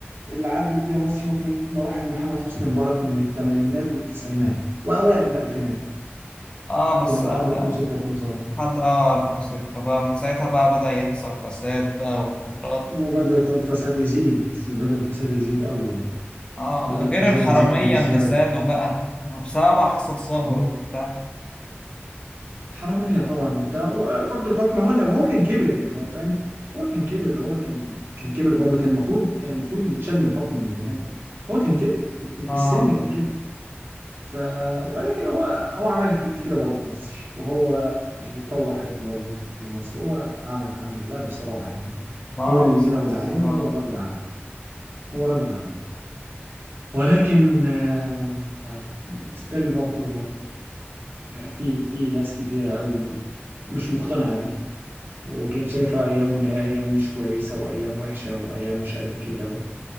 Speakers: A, on the right; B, on the left.
A: اللي عدت بيها مصر ممكن مراحل محمد حسني مبارك من الثمانينات والتسعينات وأوائل الألفينات
B: آه بس
A: فاهم
B: آه
A: لحد 2006 2007
B: لحد آه 2006 بقى من ساعتها بقى بدأ يحصل فساد بقى وحوارات
A: وبدأ الفساد يزيد بدأ الفساد يزيد قوي يعني
B: اه
A: بدأ الفساد
B: غير الحرامية
A: يزيد بزيادة
B: اللي زادوا بقى بسبب حصل ثورة
A: مم.
B: وبتاع
A: حرامية طبعا وبتاع وبرضه الحكم هو اللي هو كان كبر يعني هو فاهم هو كان كبر هو كان كان كبر برضه كان المفروض كان المفروض يتشال من الحكم من زمان هو كان كبر في في
B: اه
A: السن كان كبر ف ولكن هو هو عمل حاجات كتيرة برضه في مصر وهو يعني طور حاجات برضه لمصر هو عمل عمل لا بصراحة يعني
B: ما آه
A: نقول اللي
B: بالظبط
A: لينا واللي
B: الصراحة
A: علينا هو راجل عمل هو راجل عمل ولكن آه، يعني ستيل برضه يعني في في ناس كتيرة قوي مش مقتنعة بيه وكانت شايفة أيامه إن هي أيام مش كويسة وأيام وحشة وأيام مش قد كده